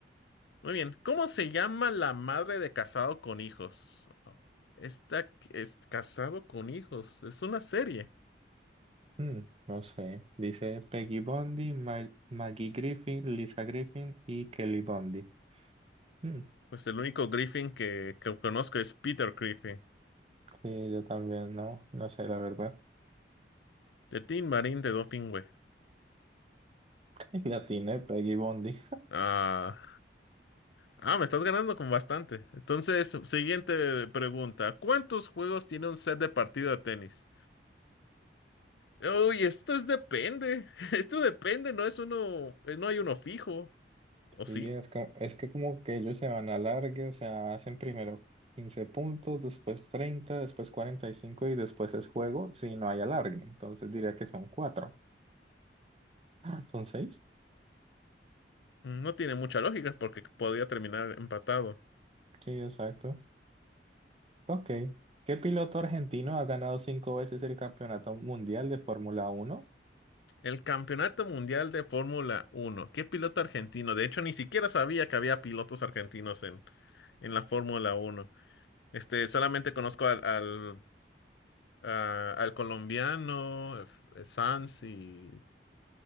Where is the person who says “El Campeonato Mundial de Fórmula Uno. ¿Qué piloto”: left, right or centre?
Left